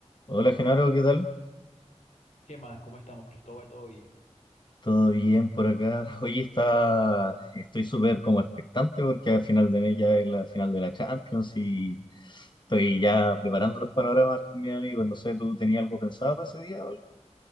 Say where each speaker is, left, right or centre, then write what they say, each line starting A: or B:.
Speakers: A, on the left; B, on the left.
A: Hola Genaro, ¿qué tal?
B: ¿Qué más? ¿Cómo estamos, Cristóbal? ¿Todo bien?
A: ¿Todo bien por acá? Hoy está, estoy súper como expectante porque al final de mes ya es la final de la Champions y estoy ya preparando los panoramas con mis amigos. No sé, ¿tú tenías algo pensado para ese día o algo?